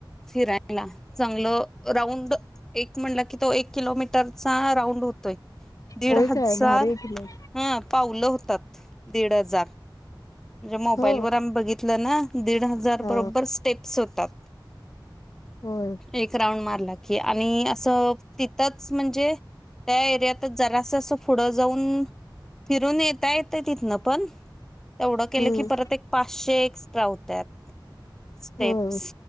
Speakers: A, in the centre; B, on the left.
A: फिरायला चांगलं राऊंड एक म्हणलं की तो एक किलोमीटरचा राऊंड होतोय. दीड
B: होय
A: हजार
B: काय भारी आहे की मग
A: हं पावलं होतात, दीड हजार. म्हणजे मोबाईलवर
B: हो
A: आम्ही बघितलं ना दीड हजार
B: हा
A: बरोबर स्टेप्स होतात.
B: होय
A: एक राऊंड मारला की आणि असं तितंच म्हणजे त्या एरियातच जरासं असं फु ढं जाऊन फिरून येता येतं तिथनं पण. तेवढं केलं
B: हम्म
A: की परत एक पाचशे एक्स्ट्रा होत्यात स्टेप्स.
B: होय